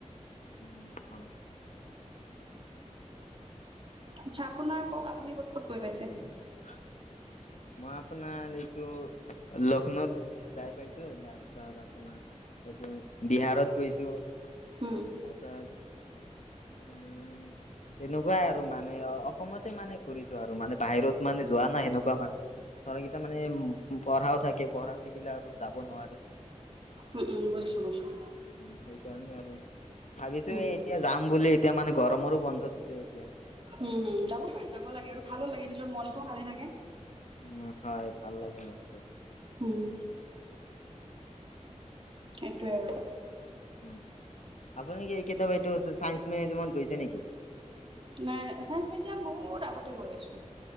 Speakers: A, on the left; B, on the right.
A: উম, হয়।
B: আচ্ছা, আপোনাৰ ক'ওক, আপুনি ক'ত ক'ত গৈ পাইছে?
A: <unintelligible> মই আপোনাৰ এইটো, লক্ষ্ণৌত যাই পাইছো তোমিৰ এইটো বিহাৰত গৈছো।
B: উম,
A: তাৰ পিছত উম, সেনেকুৱাই আৰু মানে অ, অসমতে মানে ঘূৰিছো আৰু মানে বাহিৰত মানে যোৱা নাই, সেনেকুৱা মানে। <inaudible> কেইটা মানে, পঢ়াও থাকে, পঢ়া থাকিলে, আৰু যাব নোৱাৰি।
B: উম, উম, বুজিছো বুজিছো।
A: উম, সেইকাৰণে আৰু ভাবিছো
B: উম
A: এই এতিয়া যাম বুলি, এতিয়া মানে গৰমৰো বন্ধ দিছে এতিয়া।
B: উম, উম, যাব পাৰে যাব লাগে আৰু ভালো লাগে, নিজৰ মনটোও ভালে থাকে।
A: উম, হয় ভাল লাগে মনটো।
B: উম, সেইটোৱে আৰু।
A: উম, আপুনি কি কেতিয়াবা, এইটো চাইস মিউজিয়ামত গৈছে নেকি?
B: নাই, ছায়েন্স মিউজিয়াম বহুত আগতে গৈ আাইছোঁ।